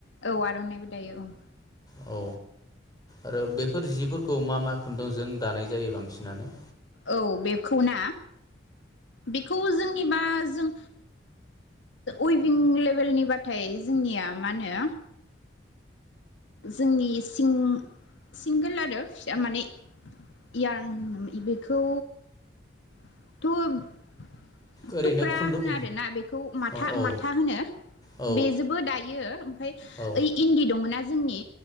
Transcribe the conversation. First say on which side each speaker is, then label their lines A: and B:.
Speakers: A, on the left; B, on the left.
A: औ आर'नाइबो दायो औ।
B: औ आरो बेफोर जिफोरखौ मा मा खुन्दुंजों दानाय जायो बांसिनानो?
A: औ बेखौ ना बेखौ जोंनि बा जों उइभिं लेभेलनिबथाय जोंनिया मा होनो जोंनि सि सिंगोल आरो फिसा माने इयार बेखौ थ'
B: ओरैनो
A: थुक्रा
B: खुन्दुं
A: होनो आरोना बेखौ माथा
B: औ औ
A: माथा होनो।
B: औ
A: बेजोंबो दायो ओमफ्राय
B: औ
A: ओइ इन्दि दङ ना जोंनि